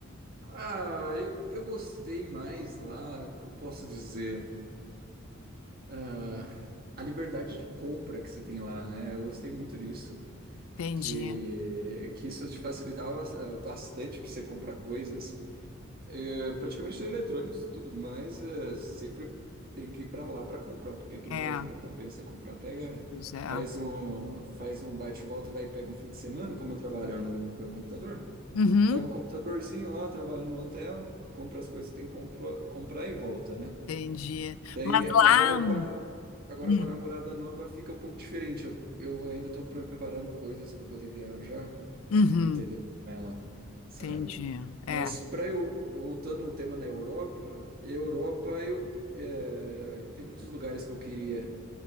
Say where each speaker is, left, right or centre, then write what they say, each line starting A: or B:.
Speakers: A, on the right; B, on the left.
A: Ah, eu, eu gostei mais lá, como posso dizer, ah, a liberdade de compra que você tem lá, né? Eu gostei muito disso,
B: Entendi.
A: que, que isso te facilitava bas- ah, bastante para você comprar coisas. Eh, praticamente eletrônicos e tudo mais, eh, sempre tem que ir para lá para comprar, porque aqui no
B: É,
A: Brasil não compensa comprar. Pega,
B: pois é.
A: faz um, faz um bate e volta, vai e pega um fim de semana, como eu trabalho no, com o meu computador.
B: Uhum.
A: Leva o computadorzinho lá, trabalha no hotel, compra as coisas que tem que compro- comprar e volta, né?
B: Entendi.
A: Daí
B: Mas
A: agora
B: lá.
A: com a, agora
B: hum,
A: com a namorada nova fica um pouco diferente. Eu, eu ainda estou preparando coisas para poder viajar,
B: uhum,
A: entendeu? Com ela, sabe?
B: entendi. É.
A: Mas para eu voltando ao tema na Europa, Europa eu eh, tem muitos lugares que eu queria